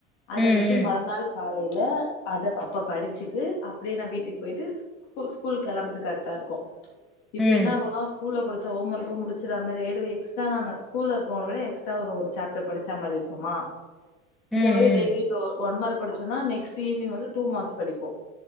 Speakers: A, on the left; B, in the centre.
A: அத
B: ம் ம்
A: வந்து மறுநாள் காலேல அத தப்பா படிச்சுட்டு அப்டியே நா வீட்டுக்கு போயிட்டு ஸ்கூ ஸ்கூல் கெளம்பறதுக் கரெக்டாருக்கு இப்ப
B: ம் ம்
A: என்னாகொனா ஸ்கூல்ல குடுத் த்த ஹோம் ஒர்க்கு முடிச்சுர மாதிரி ஆயிடு எக்ஸ்ட்ரா நானு ஸ்கூல இருக்கவங்கள விட எஸ்ட்ரா ஒரு ஜப்டர் படிச்சா மாதிரி இருக்குமா
B: ம்
A: இந்த மாதிரி
B: ம்
A: டெய்லி இப்ப ஒன் மார்க் படிச்சோன்னா நெக்ஸ்ட் ஈவினிங் வந்து டூ மார்க்ஸ் படிப்போ